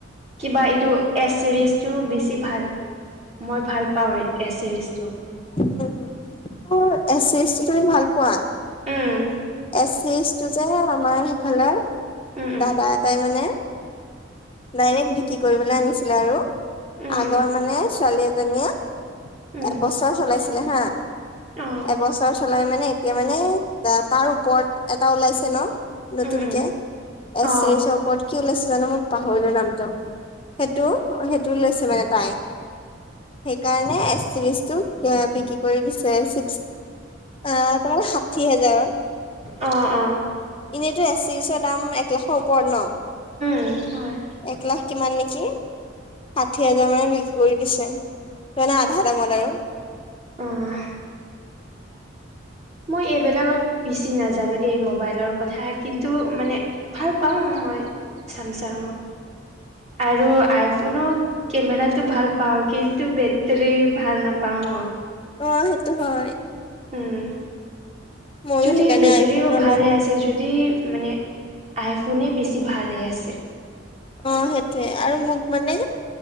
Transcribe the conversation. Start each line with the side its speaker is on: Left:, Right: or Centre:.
Right: কিবা এইটো এছ চিৰিজটো বেছি ভাল মই ভাল পাওঁ এছ চিৰিজটো।
Left: মোৰ এচ চিৰিজটো তুমি ভাল পোৱা?
Right: উম
Left: এচ চিজ টো যে আমাৰ সেইখনৰ
Right: উম
Left: দাদা এটাই মানে ডাইৰেক্ট বিক্ৰী কৰিবলৈ আনিছিলে আৰু
Right: উম
Left: আগৰ মানে ছোৱালী জনীয়ে
Right: উম
Left: একবছৰ চলাইছিলে হা
Right: উম উম অ
Left: এবছৰ চলাই মানে এতিয়া মানে তাত তাৰ ওপৰত এটা ওলাইছে ন নতুনকে
Right: উম উম
Left: এছ
Right: অ
Left: চিৰিজৰ ওপৰত কি ওলাইছে জানো মোক পাহৰিৰ নামটো, সেইটো সেইটো লৈছে মানে তাই। সেইকাৰণে এচ চিৰিজটো এ বিক্ৰী কৰি দিছে ছিক্স, আহ তোমাৰ ষাঠি হাজাৰত।
Right: অ' অ'।
Left: এনেইতো এছ চিৰিজৰ দাম এক লাখৰ ওপৰত ন।
Right: উম হয়।
Left: এক লাখ কিমান নেকি। ষাঠি হাজাৰ মানত বিক্ৰী কৰি দিছে, ত মানে আধা দামত আৰু।
Right: অ মই এইবিলাকত বেছি নাজানো দেই মোবাইলৰ কথা কিন্তু মানে ভাল পাওঁ মই, চামচাঙৰ। আৰু আইফনৰ কেমেৰাতটো ভাল পাওঁ কিন্তু বেটেৰী বেটেৰি ভাল নাপাওঁ মই।
Left: অ', সেইটো হয়।
Right: উম,
Left: ময়ো
Right: যদি
Left: সেইকাৰণে
Right: বেটেৰি
Left: আইফোন নলওঁ
Right: ভালে আছে যদি মানে আইফোনেই বেছি ভালে আছে।
Left: অ' সেইটোয়ে আৰু মোক মানে,